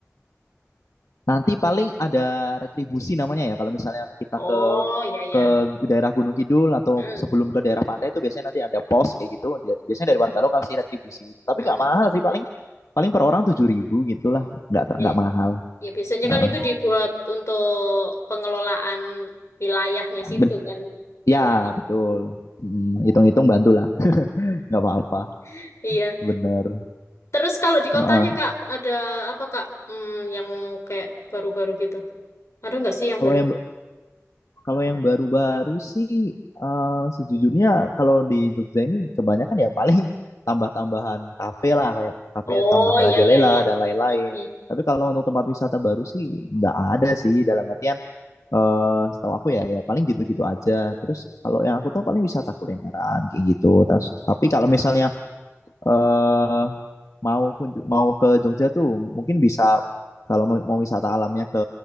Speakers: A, on the left; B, on the left.
A: Nanti paling ada retribusi namanya ya kalau misalnya kita
B: Oh,
A: ke
B: ya ya.
A: ke daerah Gunung Kidul atau
B: Hmm.
A: sebelum ke daerah pantai itu biasanya nanti ada pos kayak gitu. Dia- Biasanya dari warga lokal sih retribusi. Tapi
B: Hmm.
A: nggak mahal sih paling paling per orang tujuh ribu gitulah, nggak ter-
B: Ya,
A: nggak mahal.
B: ya biasanya
A: Heeh.
B: kan itu dibuat untuk pengelolaan wilayahnya situ
A: Ben-
B: kan
A: ya
B: biasanya.
A: betul. Mm, hitung-hitung bantulah, nggak apa-apa.
B: <laughs> Iya,
A: Bener.
B: Terus kalau di
A: Nah,
B: kotanya Kak, ada apa Kak? Hmm, yang kayak baru-baru gitu. Ada nggak sih yang
A: Kalau
B: baru?
A: yang Kalau yang baru-baru sih eh, sejujurnya kalau di Jogja ini kebanyakan ya paling <laughs> tambah-tambahan kafe lah kayak kafe
B: Oh,
A: tambah merajalela
B: iya, iya, iya.
A: dan lain-lain.
B: Hmm.
A: Tapi kalau untuk tempat wisata baru sih nggak ada sih dalam artian eh setahu aku ya ya paling gitu-gitu aja. Terus kalau yang aku tahu paling wisata kulineran kayak gitu. Terus tapi kalau misalnya eh mau kunju- mau ke Jogja tuh mungkin bisa kalau mau, mau wisata alamnya ke